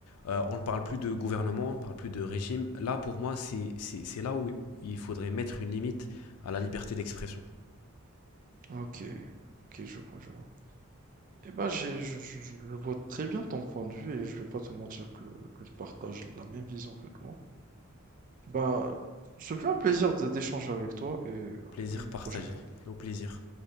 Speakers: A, on the left; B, on the right.
A: Euh, on ne parle plus de gouvernement, on ne parle plus de régime. Là, pour moi, c'est, c'est, c'est là où il faudrait mettre une limite à la liberté d'expression.
B: OK, OK, je vois, je vois. Eh ben, j'ai je je je le vois très bien ton point de vue et je vais pas te mentir que que je partage la même vision que toi. Ben, ce fut un plaisir de d'échanger avec toi et
A: Plaisir
B: à une
A: partagé.
B: prochaine fois.
A: Au plaisir.